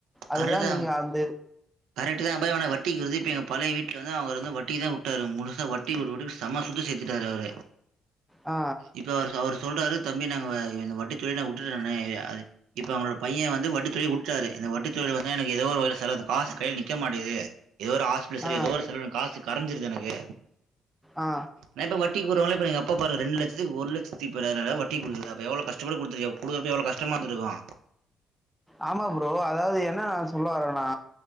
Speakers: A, in the centre; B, on the right (about 85°).
A: அதுதான்
B: கரக்ட்தா
A: நீங்க அந்த
B: கரெக்ட்தா பா ஆனா வட்டிக்கு விட்றது எங்க பழைய வீட் ட்டுலருந்து அவர் வந்து வட்டிக்குதா விட்டாரு முழுசா வட்டிக்கு விட்டுட்டு செம சொத்து சேத்துட்டாரு அவரு
A: ஆ
B: இப்ப அவரு அவர் சொல்றாரு தம்பி நா இந்த வட்டி தொழிலே உட்டுட்ட நானு இப்ப அவுங்களோட பைய வந்து வட்டி தொழில் உட்டாரு இந்த வட்டித் தொழில வந்து எனக்கு எதோ ஒரு வகைல செலவு இந்த காசு கையில நிக்க மாட்டிங்குது எதோ ஒரு ஹாஸ்பிட்டல்
A: ஆ
B: எதோ ஒரு செலவுல காசு கரைஞ்சிருது எனக்கு
A: ஆ
B: நா இப்ப வட்டிக் இப்ப ஒருவேல இப்ப எங்க அப்பா பாரு ரெண்டு லட்சத்துக்கு ஒரு லட்சத்தி பதினாறாயிரூவா வட்டிக்கு குடுத்துருக்காரு அப்ப எவ்ளோ கஷ்டப்பட்டு குடுத்துருக்கு குடுக்குறப்ப எவ்ளோ கஷ்டமா இரு தருவா
A: ஆமா ப்ரோ அதாவது என்ன நா சொல்ல வரேன்னா